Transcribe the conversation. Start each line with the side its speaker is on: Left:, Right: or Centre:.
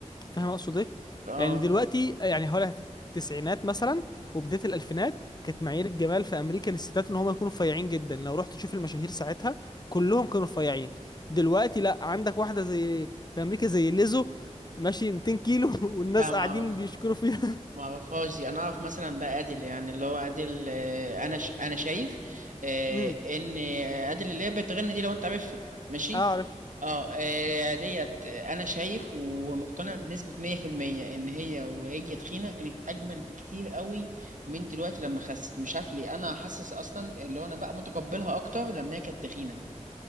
Left: فاهم اقصد ايه
Right: اه
Left: يعني دلوقتي
Right: طب-
Left: يعني هقولها في التسعينات مثلا وبدايه الالفينات كانت معايير الجمال في امريكا للستات ان هم يكونوا رفيعين جدا لو رحت تشوف المشاهير ساعتها كلهم كانوا رفيعين دلوقتي لا عندك واحده زي في امريكا زي ليزو ماشي 200 كيلو <laughs> والناس
Right: لا ما
Left: قاعدين
Right: أعرف
Left: بيشكروا فيها
Right: ما أعرفهاش دي أنا أعرف مثلا بقى أديل يعني اللي هو أديل آه، أنا ش... أنا شايف
Left: <laughs>
Right: آه،
Left: امم
Right: إن آه، أديل اللي هي بتغني دي لو أنت عارفها ماشي
Left: اعرف
Right: اه آه، ديت انا شايف ومقتنع بنسبة 100% ان هي وهي تخينة كانت اجمل بكتير قوي من دلوقتي لما خست مش عارف ليه انا حاسس اصلا اللي هو انا بقى متقبلها اكتر لما هي كانت تخينة